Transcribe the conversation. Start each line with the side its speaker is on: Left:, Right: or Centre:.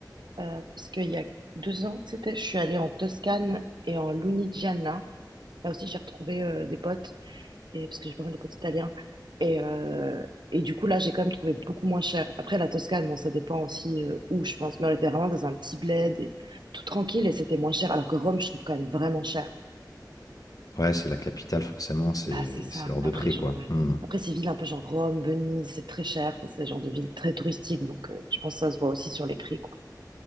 Right: euh, parce qu'il y a deux ans, c'était, je suis allée en Toscane et en Lunigiana. Là aussi, j'ai retrouvé euh, des potes, et, parce que j'ai pas mal de potes italiens. Et, euh, et du coup, là, j'ai quand même trouvé beaucoup moins cher. Après, la Toscane, bon, ça dépend aussi euh, où, je pense. Mais on était vraiment dans un petit bled, et tout tranquille, et c'était moins cher. Alors que Rome, je trouve quand même vraiment cher.
Left: ouais, c'est la capitale, forcément, c'est,
Right: Bah, c'est ça.
Left: c'est hors de
Right: Après,
Left: prix,
Right: genre,
Left: quoi.
Right: ouais.
Left: Hmm.
Right: Après, ces villes un peu genre Rome, Venise, c'est très cher. Enfin, c'est le genre de ville très touristique, donc euh, je pense que ça se voit aussi sur les prix, quoi.